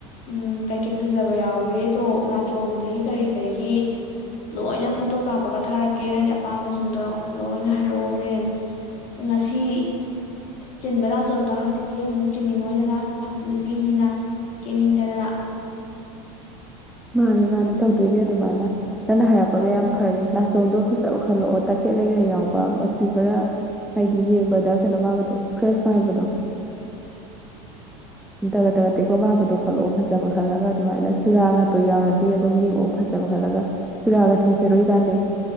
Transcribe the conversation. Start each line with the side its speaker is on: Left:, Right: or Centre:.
Left: ꯎꯝ ꯀꯩꯀꯩ ꯐꯖꯕ ꯌꯥꯎꯒꯦꯗꯣ ꯅꯥꯆꯣꯝ ꯗꯩ ꯀꯔꯤ ꯀꯩꯒꯤ ꯂꯣꯏꯅ ꯐꯣꯇꯣ ꯀꯥꯞꯄꯒ ꯊꯥꯔꯛꯀꯦ ꯅꯪꯒꯤ ꯑꯄꯥꯝꯕꯁꯤꯡꯗꯣ ꯂꯣꯏꯅ ꯍꯥꯏꯔꯛꯑꯣ ꯍꯣꯔꯦꯟ ꯉꯥꯁꯤ ꯆꯤꯟꯕ ꯅꯥꯆꯣꯝꯗꯣ ꯍꯥꯡꯆꯤꯠꯇꯤ ꯑꯃꯨꯛ ꯆꯤꯟꯅꯤꯡꯉꯛ ꯑꯣꯏꯗꯅ ꯐꯖ ꯅꯨꯄꯤꯅꯤꯅ ꯀꯦꯟꯅꯤꯡꯗꯅ
Centre: ꯃꯥꯅꯦ ꯃꯥꯅꯦ ꯇꯧꯗꯣꯏꯅꯦ ꯑꯗꯨꯃꯥꯏꯅ ꯅꯪꯅ ꯍꯥꯏꯔꯛꯄꯒ ꯌꯥꯝ ꯐꯔꯦ ꯅꯥꯆꯣꯝꯗꯣ ꯐꯖꯕ ꯈꯜꯂꯛꯑꯣ ꯇꯈꯦꯠꯂꯩꯒ ꯌꯥꯎꯕ ꯑꯝ ꯃꯆꯨ ꯈꯔ ꯍꯥꯏꯗꯤ ꯌꯦꯡꯕꯗ ꯀꯩꯅꯣ ꯃꯥꯟꯕꯗꯣ ꯐ꯭ꯔꯦꯁ ꯃꯥꯟꯕꯗꯣ ꯇꯒꯠ ꯇꯒꯠ ꯇꯦꯛꯄ ꯃꯥꯟꯕꯗꯣ ꯈꯜꯂꯛꯑꯣ ꯐꯖꯕ ꯈꯜꯂꯒ ꯑꯗꯨꯃꯥꯏꯅ ꯆꯨꯔꯥꯒ ꯇꯣ ꯌꯥꯎꯔꯗꯤ ꯑꯗꯨꯝ ꯌꯦꯡꯉꯛꯑꯣ ꯐꯖꯕ ꯈꯠꯂꯒ ꯆꯨꯔꯥꯒ ꯊꯦꯠꯁꯤꯔꯣ ꯏꯕꯥꯏꯅꯤ